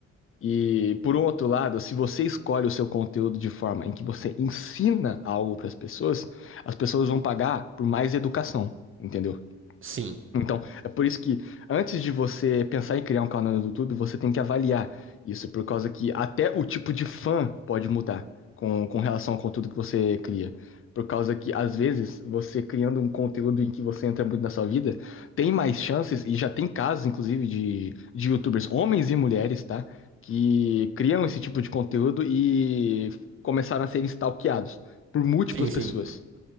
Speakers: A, on the left; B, on the right.
A: E por um outro lado, se você escolhe o seu conteúdo de forma em que você ensina algo para as pessoas, as pessoas vão pagar por mais educação, entendeu?
B: Sim.
A: Então, é por isso que antes de você pensar em criar um canal no YouTube, você tem que avaliar isso, por causa que até o tipo de fã pode mudar com, com relação ao conteúdo que você cria. Por causa que, às vezes, você criando um conteúdo em que você entra muito na sua vida, tem mais chances, e já tem casos, inclusive, de, de YouTubers, homens e mulheres, tá? Que criam esse tipo de conteúdo e começaram a ser stalkeados por múltiplas
B: Sim,
A: pessoas.
B: sim.